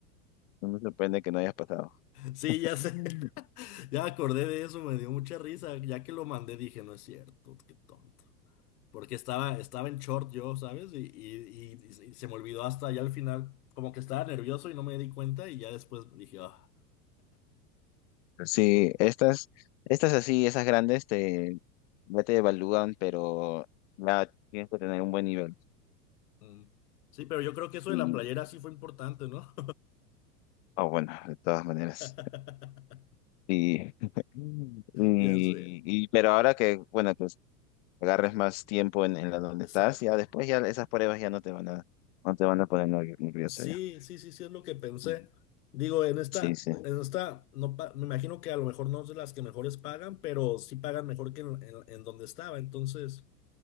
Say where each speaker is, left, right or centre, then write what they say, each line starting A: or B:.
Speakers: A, on the left; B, on the left.
A: no me sorprende que no hayas pasado.
B: Sí,
A: <laughs>
B: ya sé. <laughs> Ya me acordé de eso, me dio mucha risa. Ya que lo mandé, dije, no es cierto, qué tonto. porque estaba, estaba en short yo, ¿sabes? Y, y- y- y se me olvidó hasta ya al final, como que estaba nervioso y no me di cuenta y ya después dije, ah,
A: Sí, estas, estas así, esas grandes te, ya te evalúan, pero ya tienes que tener un buen nivel.
B: mm. Sí, pero yo creo que eso
A: Y,
B: de la playera sí fue importante, ¿no?
A: oh, bueno, de todas maneras.
B: <laughs>
A: Y, <laughs> y,
B: Ya sé,
A: y- pero ahora que, bueno, pues agarres más tiempo en, en la donde
B: exacto.
A: estás, ya después ya esas pruebas ya no te van a, no te van a poner nervioso
B: Sí,
A: ya.
B: sí, sí, sí, es lo que pensé.
A: Ujú.
B: Digo, en esta,
A: Sí, sí,
B: en esta, no pa- me imagino que a lo mejor no es de las que mejores pagan, pero sí pagan mejor que en, en- en donde estaba. Entonces,